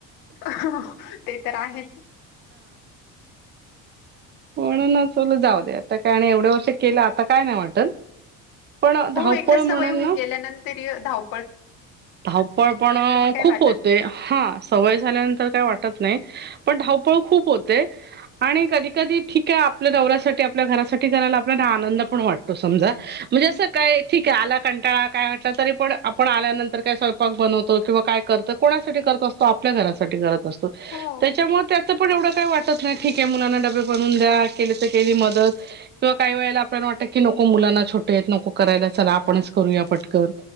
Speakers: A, on the left (about 80°); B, on the right (about 30°).
A: हाहा ते तर आहेच
B: म्हणून ना चल जाऊ दे आता काय आणि एवढ्या वर्ष केलं आता काय नाही वाटल पण धावपळ
A: हो एकदा
B: म्हणाल
A: सवय होऊन
B: ना
A: गेल्यानंतर धव
B: धावपळ पण
A: काही
B: खूप
A: वाटत
B: होते
A: नाही
B: हा सवय झाल्यानंतर काय वाटत नाही पण धावपळ खूप होते आणि कधी कधी ठीक आहे आपल्या दौऱ्यासाठी आपल्या घरासाठी करायला आपल्या आनंद पण वाटतो समजा म्हणजे अस काय ठीक आहे आला कंटाळा काय म्ह तरी आपन आल्यानंत ते काय स्वयंपाक बनवतो किंवा काय करत कोणासाठी करत असतो आपल्या घरासाठी करत असतो
A: हो
B: त्याच्यामुळे त्या पण एवढ काही वाटत नाही ठीक आहे मुलांना डबे बनुन द्या केली तर केली मदत किंवा काही वेळेला आप ट क नको मुलांना छोटे नको करायला चला आपणच करूया फटकन